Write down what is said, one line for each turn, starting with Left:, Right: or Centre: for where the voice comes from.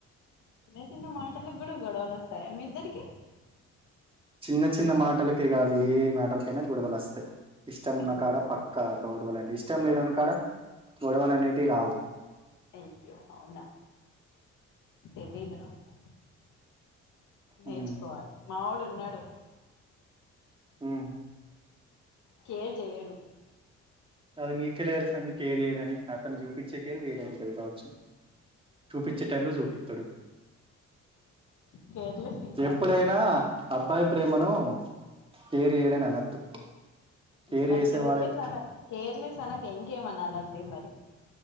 Left: చిన్న చిన్న మాటలగ్ గూడా గొడవల్ వస్తాయా మీ ఇద్దరి కీ
Right: చిన్న చిన్న మాటలకే గాదు. ఏ మ్యటలకైనా గొడవలు వస్తయ్. ఇష్టం ఉన్న
Left: అయ్యో
Right: కాడా పక్కా గొడవలు అంటే, ఇష్టం లేన్ కాడా గొడవలు అనేది రావు.
Left: అయో అవునా తెలిదు నాకు నేర్చుకోవాలి
Right: ఉమ్.
Left: మావోడు ఉన్నాడు.
Right: ఉహ్
Left: కేర్ జేయడు.
Right: అది నీకేలా ఏలా ఎల్సండీ. కేర్ జేయడనీ అతను చూపించే కేర్ వేరే ఉంటది గావచ్చు. చూపించే టైంలో సూపితాడు.
Left: కేర్లెస్ ఇంకా
Right: ఎప్పుడైనా
Left: అంతే
Right: అబ్బాయి ప్రేమను కేర్ జేయడ్ అనద్దు. కేర్
Left: మరి
Right: చేసేవాడైతే
Left: కేర్లెస్ అన్నా. కేర్లెస్ అనకా ఇంకేమనాలండి మరి